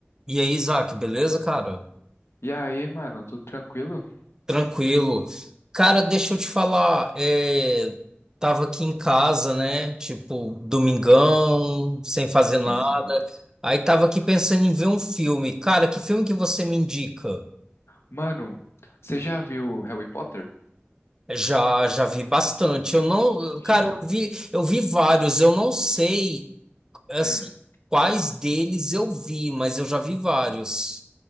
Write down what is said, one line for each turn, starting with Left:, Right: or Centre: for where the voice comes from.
Right: E aí, Isaac, beleza, cara?
Left: E aí, mano, tudo tranquilo?
Right: Tranquilo. Cara, deixa eu te falar, é, tava aqui em casa, né? Tipo, domingão, sem fazer
Left: Sim,
Right: nada.
Left: sim.
Right: Aí tava aqui pensando em ver um filme. Cara, que filme que você me indica?
Left: Mano, você já viu Harry Potter?
Right: Já, já vi bastante. Eu não,
Left: Já.
Right: cara, eu vi, eu vi vários. Eu não sei, assim,
Left: Hum,
Right: quais deles eu vi, mas eu já vi vários.